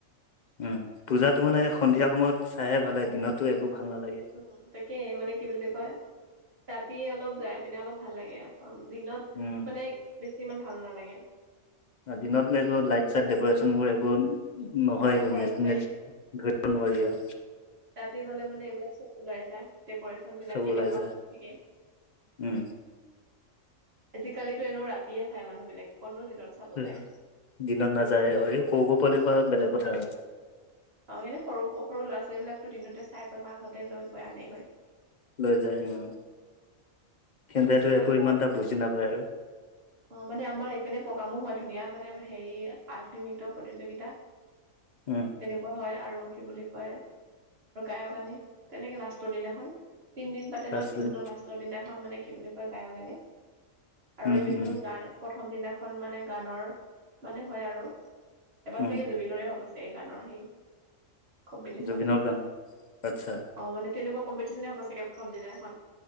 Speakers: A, on the left; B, on the right.
A: উম, পূজাতো মানে সন্ধিয়া সময়ত চাইহে ভাল লাগে দিনতটো একো ভাল নালাগে।
B: উম, তাকে মানে কি বুলি কয়, ৰাতি অলপ যাই পিনে অলপ ভাল লাগে দিনত
A: উম।
B: মানে বেছি ইমান ভাল নালাগে।
A: দিনত একো লাইট চাইট ডেক'ৰেশচন বোৰ একো নহয়েগে
B: ধৰিব পৰা
A: নেট-নেট-নে
B: নাযায়
A: নোৱাৰিয়া।
B: ৰাতি গ'লে মানে এইবিলাক চব ওলাই যায়, ডেক'ৰেশচন বিলাক
A: চব
B: কেনেকুৱা
A: ওলাই যায়
B: ক'ত থাকে।
A: উম।
B: আজিকালিতো এনেও ৰাতিয়ে চাই মানুহবিলাকে ক'তনো দিনত চাব
A: <unintelligible>
B: যায়
A: দিনত নাযায় আৰু এই সৰু সৰু পোৱালিসোপা বেলেগ কথা আৰু।
B: অ' এনে সৰু সৰু ল'ৰা-ছোৱালীবিলাকতো দিনতে চাই গৈ মাকহঁতে লৈ গৈ আনেগৈ।
A: লৈ যায় অ' খেনতেটো একো
B: আহিবা
A: ইমান এটা বুজি নাপায় আৰু।
B: অ' মানে আমাৰ এইপিনে প্ৰগ্ৰামো হয় ধুনীয়া মানে হেৰি আধুনিক নৃত্য প্ৰতিযোগিতা।
A: উম।
B: <unintelligible> হয় আৰু কি বুলি কয়, আৰু গায়ক আনে, তেনেকে লাষ্টৰ দিনাখন তিনদিন পা <unintelligible>
A: তাৰপিছত
B: তিনিদিনৰ লাষ্টৰ দিনাখন মানে কি বুলি কয় গায়ক আনে। আৰু
A: উম
B: এই দুদিন
A: উম
B: গান প্ৰথম দিনাখন মানে গানৰ মানে হয় আৰু, এবাৰ
A: উম
B: চাগে জুবিনৰে হ'ব চা এ, গানৰ সেই কম্পিটিচন।
A: জুবিনৰ গান আচ্ছা
B: অ' মানে তেনেকুৱা কম্পিটিচনে হ'ব চাগে প্ৰথনা দিনা খন,